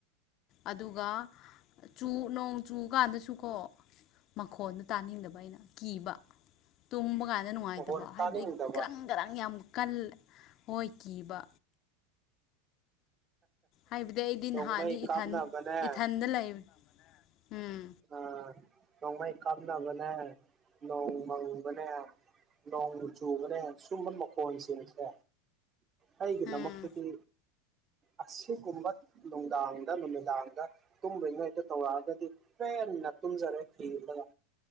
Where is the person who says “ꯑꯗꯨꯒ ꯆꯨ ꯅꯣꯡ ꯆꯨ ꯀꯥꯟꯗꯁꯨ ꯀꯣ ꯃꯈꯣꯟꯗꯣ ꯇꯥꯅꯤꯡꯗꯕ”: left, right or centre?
Left